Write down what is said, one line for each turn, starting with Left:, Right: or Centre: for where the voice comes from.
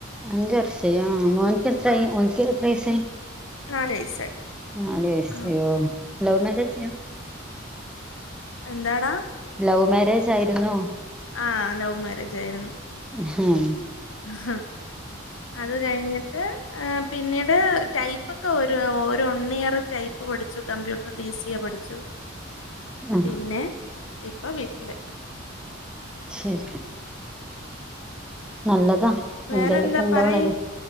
Centre: അഞ്ച് വർഷ ആയി ഒനിക്ക് എത്രായി
Left: ആഹ്
Centre: ഓനിക്ക് എത്ര വൈസായി
Left: നാല് വയസ്സായി
Centre: നാല് വയസോ
Left: ആഹ്
Centre: ലൗ മാരേജ് ആ
Left: എന്താടാ
Centre: ലൗവ് മാരേജ് ആയിരുന്നോ
Left: ആഹ് ലൗവ് മാരേജ് ആയിരുന്നു
Centre: ഹം
Left: ഹ അത് കഴിഞ്ഞിട്ട് പിന്നീട് ടൈപ്പ് ഒക്കെ ഒരു വൺ ഇയറ് ടൈപ്പ് പഠിച്ചു കമ്പ്യൂട്ടർ ഡി സി എ പഠിച്ചു
Centre: ആ
Left: പിന്നെ ഇപ്പൊ വീട്ടില്
Centre: ശരി നല്ലതാ
Left: വേറെന്താ
Centre: എന്തേലൊക്കെ ഇണ്ടാവണത്
Left: പറയ്